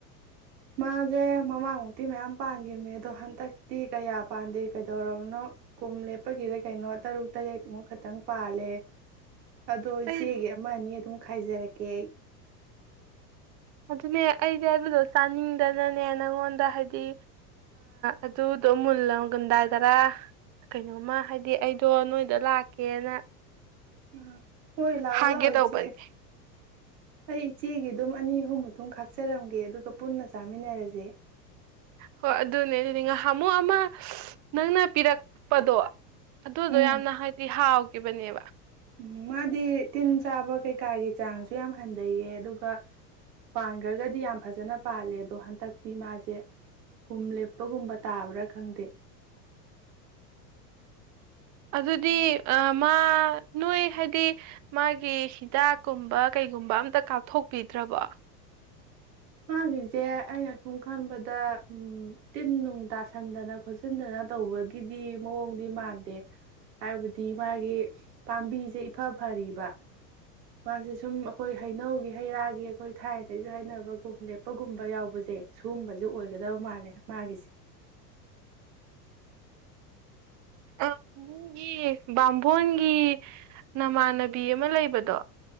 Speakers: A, on the right (about 70°); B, on the right (about 35°).
A: ꯃꯥꯁꯦ ꯃꯃꯥꯡꯃꯨꯛꯇꯤ ꯃꯌꯥꯝ ꯄꯥꯟꯈꯤꯕꯅꯦ ꯑꯗꯣ ꯍꯟꯗꯛꯇꯤ ꯀꯌꯥ ꯄꯥꯟꯗꯦ ꯀꯩꯗꯧꯔꯕꯅꯣ ꯀꯣꯨꯝ ꯂꯦꯞꯄꯒꯤꯗ ꯀꯩꯅꯣ ꯇꯔꯨꯛ ꯇꯔꯦꯠꯃꯨꯛ ꯈꯛꯇꯪ ꯄꯥꯜꯂꯦ ꯑꯗꯣ ꯏꯆꯦꯒꯤ
B: ꯑꯩ
A: ꯑꯃ ꯑꯅꯤ ꯑꯗꯨꯝ ꯈꯥꯏꯖꯔꯛꯀꯦ ꯀꯦꯛ
B: ꯑꯗꯨ ꯑꯗꯨꯅꯦ ꯑꯩꯗꯤ ꯑꯩꯕꯗꯣ ꯆꯥꯅꯤꯡꯗꯅꯅꯦ ꯅꯪꯉꯣꯟꯗ ꯍꯥꯏꯗꯤ ꯑꯗꯨꯗꯣ ꯃꯨꯜ ꯂꯒꯟꯗꯥꯏꯗꯔꯥ ꯀꯩꯅꯣꯝꯃ ꯍꯥꯏꯗꯤ ꯑꯩꯗꯣ ꯅꯣꯏꯗ ꯂꯥꯛꯀꯦꯅ
A: ꯎꯝ ꯑꯣꯏꯣꯏ ꯂ ꯑꯣꯂ
B: ꯍꯥꯏꯒꯦ
A: ꯍꯁꯦ
B: ꯇꯧꯕꯅꯦ
A: ꯑꯩ ꯏꯆꯦꯒꯤ ꯑꯗꯨꯝ ꯑꯅꯤ ꯑꯍꯨꯝ ꯃꯇꯨꯡ ꯈꯥꯛꯆꯔꯝꯒꯦ ꯑꯗꯨꯒ ꯄꯨꯟꯅ ꯆꯥꯃꯤꯟꯅꯔꯁꯦ
B: ꯍꯣꯏ ꯑꯗꯨꯅꯦ ꯑꯗꯨꯗꯤ ꯉꯥꯏꯍꯥꯃꯨꯛ ꯑꯃ ꯅꯪꯅ ꯄꯤꯔꯛꯄꯗꯣ ꯑꯗꯨꯗꯣ
A: ꯎꯝ
B: ꯌꯥꯝꯅ ꯍꯥꯏꯗꯤ ꯍꯥꯎꯏ ꯕꯅꯤꯕ
A: ꯎꯝ ꯃꯥꯗꯤ ꯇꯤꯟ ꯆꯥꯕ ꯀꯩꯀꯥꯒꯤ ꯆꯥꯡꯁꯨ ꯌꯥꯝ ꯍꯟꯊꯩꯌꯦ ꯑꯗꯨꯒ ꯄꯥꯟꯈ꯭ꯔꯒꯗꯤ ꯌꯥꯝ ꯐꯖꯅ ꯄꯥꯜꯂꯦ ꯑꯗꯣ ꯍꯟꯗꯛꯇꯤ ꯃꯥꯁꯦ ꯀꯨꯝ ꯂꯦꯞꯄꯒꯨꯝꯕ ꯇꯥꯕ꯭ꯔꯥ ꯈꯪꯗꯦ
B: ꯑꯗꯨꯗꯤ ꯃꯥ ꯅꯣꯏ ꯍꯥꯏꯗꯤ ꯃꯥꯒꯤ ꯍꯤꯗꯥꯛꯀꯨꯝꯕ ꯀꯩꯒꯨꯝꯕ ꯑꯝꯇ ꯀꯥꯞꯊꯣꯛꯄꯤꯗ꯭ꯔꯕꯣ
A: ꯃꯥꯒꯤꯁꯦ ꯑꯩꯅ ꯁꯨꯝ ꯈꯟꯕꯗ ꯎ ꯇꯤꯟ ꯅꯨꯡ ꯇꯥꯁꯟꯗꯅ ꯈꯣꯆꯤꯟꯗꯅ ꯇꯧꯕꯒꯤꯗꯤ ꯃꯑꯣꯡꯗꯤ ꯃꯥꯟꯗꯦ ꯍꯥꯏꯕꯗꯤ ꯃꯥꯒꯤ ꯄꯥꯝꯕꯤꯁꯦ ꯏꯐ ꯐꯔꯤꯕ ꯃꯥꯁꯦ ꯁꯨꯝ ꯑꯩꯈꯣꯏ ꯍꯩꯅꯧꯒꯤ ꯍꯩꯔꯥꯒꯤ ꯑꯩꯈꯣꯏ ꯊꯥꯏꯅꯗꯒꯤꯩꯁꯨ ꯍꯩꯅꯅꯕ ꯈꯣꯝ ꯂꯦꯞꯄꯒꯨꯝꯕ ꯌꯥꯎꯕꯁꯦ ꯁꯤꯒꯨꯝꯕꯁꯦ ꯑꯣꯏꯒꯗꯕ ꯃꯥꯜꯂꯦ ꯃꯥꯒꯤꯁꯦ
B: ꯑ ꯏꯨꯡꯒꯤ ꯕꯥꯝꯕꯣꯟꯒꯤ ꯅꯃꯥꯟꯅꯕꯤ ꯕꯤ ꯑꯃ ꯂꯩꯕꯗꯣ